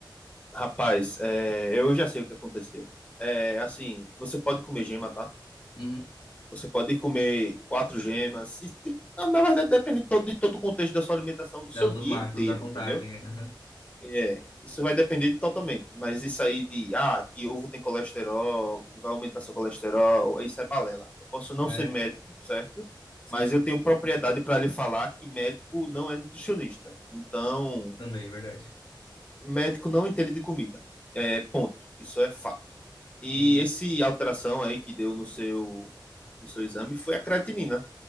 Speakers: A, on the left (about 15°); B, on the left (about 75°).
A: Rapaz, é, eu já sei o que aconteceu. É, assim, você pode comer gema, tá?
B: Uhum.
A: Você pode comer quatro gemas. E, tipo, na na verdade, depende de todo, de todo o contexto da sua alimentação do seu
B: Da- Dos
A: dia
B: macros,
A: inteiro,
B: da contagem,
A: entendeu?
B: é. Uhum.
A: É, isso vai depender totalmente. Mas isso aí de, ah, que ovo tem colesterol, que vai aumentar seu colesterol, isso é balela. Eu posso não
B: Ah,
A: ser
B: é?
A: médico, certo?
B: Sim,
A: Mas
B: sim.
A: eu tenho propriedade para lhe falar que médico não é nutricionista. Então,
B: Também, verdade.
A: médico não entende de comida. É, ponto. Isso é fato. E
B: Uhum,
A: esse alteração aí que deu no seu, no seu exame foi a creatinina.